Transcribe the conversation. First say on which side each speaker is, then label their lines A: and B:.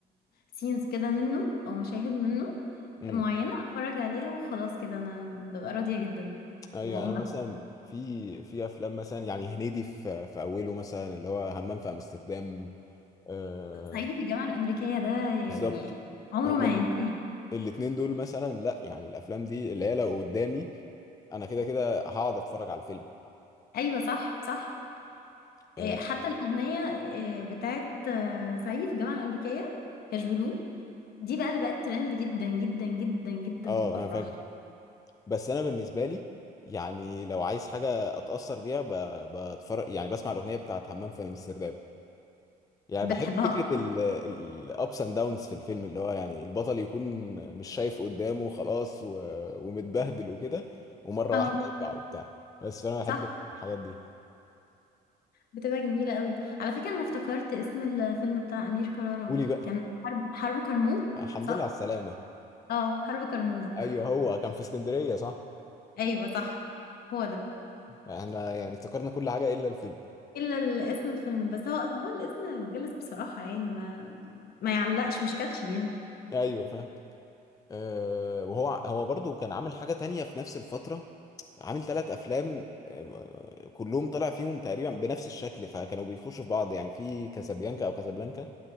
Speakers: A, on the left; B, on the left.
A: سينز كده منه او مشاهد منه
B: امم
A: معينة اتفرج عليها وخلاص كده انا ببقى راضية جدا
B: ايوه
A: واقوم
B: انا مثلا
A: أتفرج.
B: في في افلام مثلا يعني هنيدي في في اوله مثلا اللي هو همام في امستردام آه...
A: صعيدي في الجامعة الامريكية ده يعني
B: بالظبط
A: عمره
B: هما
A: ما هينتهي
B: الاتنين دول مثلا لا يعني الافلام دي اللي هي لو قدامي انا كده كده هقعد اتفرج على الفيلم
A: ايوه صح صح
B: اه
A: إيه، حتى الاغنية إيه، بتاعت آه، صعيدي في الجامعة الامريكية كاش بلو دي بقى اللي بقت ترند جدا جدا جدا جدا
B: آه،
A: في الافراح
B: انا فاكر بس انا بالنسبه لي يعني لو عايز حاجه اتاثر بيها ب- بتفرج يعني بسمع الاغنيه بتاعت همام في امستردام يعني
A: بتحبها
B: بحب فكره
A: أكتر؟
B: الابس اند داونز في الفيلم اللي هو يعني البطل يكون مش شايف قدامه خلاص و... ومتبهدل وكده ومره
A: اه
B: واحده يرجع وبتاع بس فانا بحب
A: صح
B: الحاجات دي
A: بتبقى جميلة قوي على فكرة انا افتكرت اسم الفيلم بتاع امير كرارة
B: قولي بقى
A: كان حرب حرب كرموز
B: الحمد
A: صح
B: لله على السلامه
A: اه حرب كرموز
B: ايوه هو كان في اسكندريه صح
A: <laughs> ايوه صح هو ده
B: احنا يعني افتكرنا كل حاجة إلا الفيلم
A: الا ال- اسم الفيلم بس هو هو الاسم غلس بصراحة يعني ما ما يعلقش مش كاتشي يعني
B: أيوه فاهم أه وهو هو برضو كان عامل حاجة تانية في نفس الفترة عامل ثلاث أفلام آه، كلهم طلع فيهم تقريبا بنفس الشكل فكانوا بيخشوا في بعض يعني في كازابيانكا أو كازابلانكا